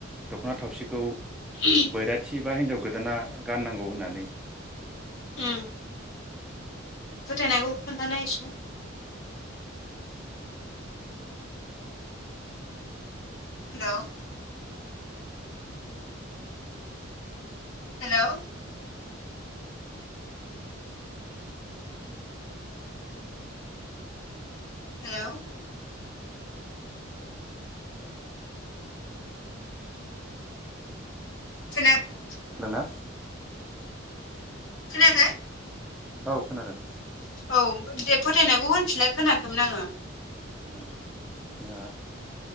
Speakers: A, in the centre; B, on the left (about 75°).
A: दख'ना थावसिखौ
B: <inaudible>
A: बैराथि बा हिनजाव गोदाना गाननांगौ होननानै
B: ओम फोथायनायखौ खोन्थानाय‌ एसे। हेल' हेलौ हेल' खोना-
A: खोनादोंना?
B: खोनायाखै?
A: औ खोनादों।
B: औ दे फोथायनायखौ होनफिनलाय खोनायाखैमोन आङो
A: ओ जोहा